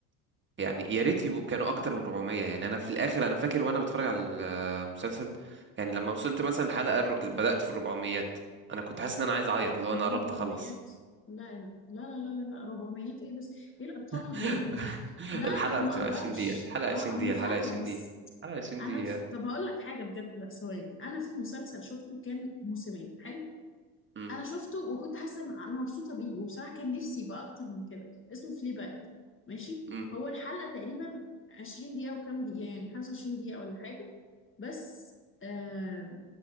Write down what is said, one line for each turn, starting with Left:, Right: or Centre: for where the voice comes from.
Right: يعني يا ريت يبقوا كانوا اكتر من 400 يعني انا في الاخر انا فاكر وانا بتفرج على المسلسل يعني لما وصلت مثلا الحلقه الر- بدات في 400 انا كنت حاسس ان انا عايز اعيط اللي هو
Left: 400
Right: انا قربت اخلص
Left: لا لا لا لا لا لا 400 ايه بس ايه الارقام الغريبة
Right: <laughs>
Left: دي لا
Right: الحلقه
Left: انا ما
Right: بتبقى
Left: اقدرش
Right: 20 دقيقه الحلقه
Left: اه
Right: 20
Left: انا
Right: دقيقه
Left: فاهمة
Right: الحلقه 20
Left: بس
Right: دقيقه الحلقه 20
Left: انا
Right: دقيقه
Left: تف... طب هقول لك حاجة بجد لا ثواني انا في مسلسل شفته كان موسمين حلو
Right: امم
Left: انا شفته وكنت حاسه ان انا مبسوطه بيه وبصراحه كان نفسي يبقى اكتر من كده اسمه فلي باج ماشي
Right: امم
Left: هو الحلقه تقريبا 20 دقيقه وكام دقيقه يعني 25 دقيقه ولا حاجه بس آه